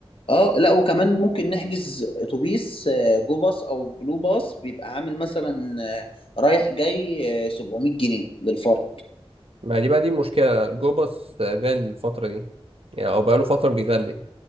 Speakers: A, on the left; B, on the right.
A: اه لا وكمان ممكن نحجز اتوبيس آه، جو باص او بلو باص بيبقى عامل مثلا آه، رايح جاي آه، 700 جنيه للفرد
B: ما دي بقى دي مشكلة جو باص غالي الفترة دي يعني أو بقاله فترة بيغلي